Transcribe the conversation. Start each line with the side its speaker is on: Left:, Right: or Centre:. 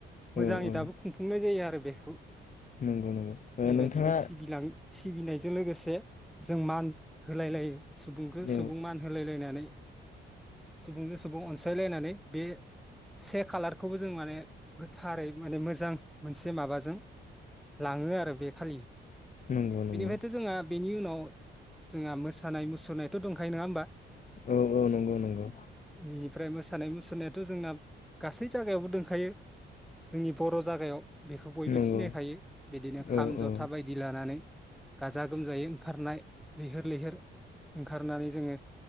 Centre: मोजाङै
Left: औ औ
Centre: दाबो खुंफुंनाय जायो आरो बेखौ
Left: नंगौ नंगौ ओ
Centre: बेबायदिनो
Left: नोंथाङा
Centre: सिबिलां सिबिनायजों लोगोसे जों मान होलाय लायो। सुबुंखौ
Left: औ
Centre: सुबुं मान होलायलायनानै सुबुंजों सुबुं अनसायलायनानै बे से कालारखौबो जों माने गोथारै माने मोजां मोनसे माबाजों लाङो आरो बे खालि
Left: नंगौ नंगौ
Centre: बेनिफ्रायथ' जोंहा बेनि उनाव जोंहा मोसानाय मुसुरनायथ' दंखायो नङा होमबा?
Left: औ औ नंगौ नंगौ
Centre: <unintelligible> फ्राय मोसा सानाय मुसुरनायाथ' जोंना गासै जायागायावबो दोंखायो जोंनि बर' जागायाव बेखौ बयबो
Left: नंगौ
Centre: सिनायखायो बिदिनो खाम
Left: औ
Centre: जथा
Left: औ
Centre: बायदि लानानै गाजा गोमजायै ओंखारनाय लैहोर लैहोर ओंखारनानै जोङो